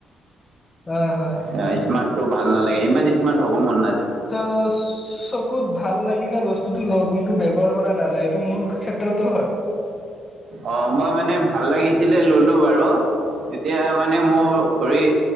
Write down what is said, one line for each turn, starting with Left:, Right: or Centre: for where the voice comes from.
Left: হয়, হয়।
Right: অ', স্মাৰ্ট টো ভাল নালাগে, ইমান স্মাৰ্ট হ'ব মন নযায়।
Left: ত' চকুত ভাল লাগিলে বস্তুতটো ল কিন্তু ব্য্ৱহাৰ কৰা নাযায় এইটো মোৰ ক্ষেত্ৰতো হয়।
Right: অ', মই মানে ভাল লাগিছিলে ল'লো বাৰু তেতিয়া মানে মোৰ
Left: হয়
Right: ঘড়ী